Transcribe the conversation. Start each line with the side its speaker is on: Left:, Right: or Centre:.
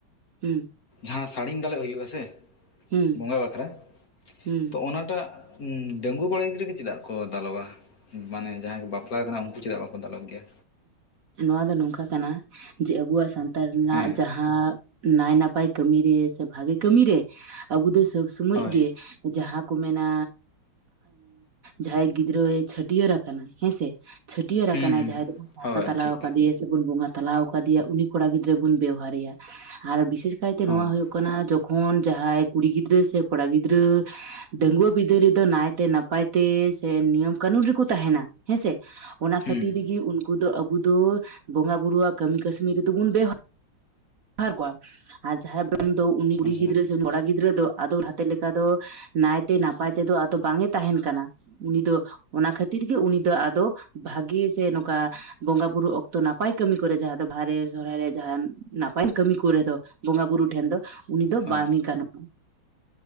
Right: ᱦᱩᱸ
Left: ᱡᱟᱦᱟᱸ ᱥᱟᱹᱲᱤᱢ ᱫᱟᱞᱚᱵ ᱦᱩᱭᱩᱜᱼᱟ ᱥᱮ
Right: ᱦᱩᱸ ᱦᱩᱸ
Left: ᱵᱚᱸᱜᱟ ᱵᱟᱠᱷᱨᱟ
Right: ᱦᱩᱸ
Left: ᱛᱚ ᱚᱱᱟᱴᱟᱜ ᱰᱟᱺᱜᱩᱣᱟᱹ ᱠᱚᱲᱟ ᱜᱤᱫᱽᱨᱟᱹ ᱜᱮ ᱪᱮᱫᱟᱜ ᱠᱚ ᱫᱟᱞᱚᱵᱟ ᱢᱟᱱᱮ ᱡᱟᱦᱟᱸᱭ ᱠᱚ ᱵᱟᱯᱞᱟ ᱠᱟᱱᱟ ᱩᱱᱠᱩ ᱪᱮᱫᱟᱜ ᱵᱟᱠᱚ ᱫᱟᱞᱚᱵ ᱜᱮᱭᱟ
Right: ᱱᱚᱣᱟ ᱫᱚ ᱱᱚᱝᱠᱟ ᱠᱟᱱᱟ ᱡᱮ ᱟᱵᱚᱣᱟᱜ ᱥᱟᱱᱛᱟᱲ ᱨᱮᱱᱟᱜ
Left: ᱦᱮᱸ
Right: ᱡᱟᱦᱟᱸ ᱟᱨ ᱱᱟᱭ ᱱᱟᱯᱟᱭ ᱠᱟᱹᱢᱤ ᱨᱮ ᱥᱮ ᱵᱷᱟᱹᱜᱮ ᱠᱟᱹᱢᱤ ᱨᱮ ᱟᱵᱚ ᱫᱚ ᱥᱚᱵ ᱥᱚᱢᱚᱭ
Left: ᱦᱳᱭ
Right: ᱜᱮ ᱡᱟᱦᱟᱸ ᱠᱚ ᱢᱮᱱᱟ ᱡᱟᱦᱟᱸᱭ ᱜᱤᱫᱽᱨᱟᱹᱭ ᱪᱷᱟᱹᱴᱭᱟᱹᱨ ᱦᱮᱸᱥᱮ ᱪᱷᱟᱹᱴᱭᱟᱹᱨ
Left: ᱦᱩᱸ
Right: ᱟᱠᱟᱱᱟᱭ
Left: ᱦᱩᱸ
Right: ᱡᱟᱦᱟᱸᱭ ᱫᱚᱵᱚᱱ ᱥᱟᱶᱛᱟ
Left: ᱦᱳᱭ
Right: ᱛᱟᱞᱟ
Left: ᱴᱷᱤᱠ
Right: ᱟᱠᱟᱫᱮᱭᱟ ᱥᱮᱵᱚᱱ ᱵᱟᱸᱜᱟ ᱛᱟᱞᱟᱣ ᱟᱠᱟᱫᱮᱭᱟ ᱩᱱᱤ ᱠᱚᱲᱟ ᱜᱤᱫᱽᱨᱟᱹ ᱵᱚᱱ ᱵᱮᱣᱦᱟᱨᱮᱭᱟ ᱟᱨ ᱵᱤᱥᱮᱥ ᱠᱟᱭᱛᱮ
Left: ᱦᱚᱸ
Right: ᱱᱚᱣᱟ ᱦᱩᱭᱩᱜ ᱡᱚᱠᱷᱚᱱ ᱡᱟᱦᱟᱸᱭ ᱠᱩᱲᱤ ᱜᱤᱫᱽᱨᱟᱹ ᱥᱮ ᱠᱚᱲᱟ ᱜᱤᱫᱽᱨᱟᱹ ᱰᱟᱺᱜᱩᱣᱟᱹ ᱵᱤᱫᱟᱹᱞ ᱨᱮᱫᱚ ᱱᱟᱭᱛᱮ ᱱᱟᱯᱟᱭ ᱛᱮ ᱥᱮ ᱱᱤᱭᱚᱢ ᱠᱟᱹᱱᱩᱱ ᱨᱮ ᱠᱚ ᱛᱟᱦᱮᱸᱱᱟ ᱦᱮᱸᱥᱮ ᱚᱱᱟ
Left: ᱦᱩᱸ
Right: ᱠᱷᱟᱹᱛᱤᱨ ᱜᱮ ᱩᱱᱠᱩ ᱫᱚ ᱟᱵᱚ ᱫᱚ ᱵᱚᱸᱜᱟ ᱵᱩᱨᱩᱣᱟᱜ ᱠᱟᱹᱢᱤ ᱠᱟᱹᱥᱱᱤ ᱨᱮᱫᱚ ᱵᱚᱱ ᱵᱮᱣᱦᱟᱨ <unintelligible> ᱠᱚᱣᱟ ᱟᱨ <unintelligible> ᱫᱚ ᱩᱱᱤ ᱠᱩᱲᱤ
Left: ᱟᱪᱪᱷᱟ
Right: ᱜᱤᱫᱽᱨᱟᱹ ᱥᱮ ᱠᱚᱲᱟ ᱜᱤᱫᱽᱨᱟᱹ ᱫᱚ ᱟᱫᱚ ᱞᱟᱦᱟᱛᱮ ᱞᱮᱠᱟ ᱫᱚ ᱱᱟᱭᱛᱮ ᱱᱟᱯᱟᱭ ᱛᱮᱫᱚ ᱟᱫᱚ ᱵᱟᱝ ᱮ ᱛᱟᱦᱮᱸᱱ ᱠᱟᱱᱟ ᱩᱱᱤ ᱫᱚ ᱚᱱᱟ ᱠᱷᱟᱼᱼ ᱛᱤᱨ ᱜᱮ ᱩᱱᱤ ᱫᱚ ᱟᱫᱚ ᱵᱷᱟᱜᱮ ᱥᱮ ᱱᱚᱝᱠᱟ ᱵᱚᱸᱜᱟ ᱵᱩᱨᱩ ᱚᱠᱛᱚ ᱱᱟᱯᱟᱭ ᱠᱟᱹᱢᱤ ᱠᱚ ᱨᱮ ᱡᱟᱦᱟᱸ ᱫᱚ ᱵᱟᱦᱟ ᱨᱮ ᱥᱚᱦᱨᱟᱭ ᱨᱮ ᱡᱟᱦᱟᱸᱱ ᱱᱟᱯᱟᱭ ᱠᱟᱹᱢᱤ ᱠᱚ ᱨᱮ ᱫᱚ ᱵᱚᱸᱜᱟ ᱵᱩᱨᱩ ᱴᱷᱮᱱ ᱫᱚ ᱩᱱᱤ ᱫᱚ
Left: ᱦᱳᱭ
Right: ᱵᱟᱝ ᱜᱟᱱᱚᱜᱼᱟ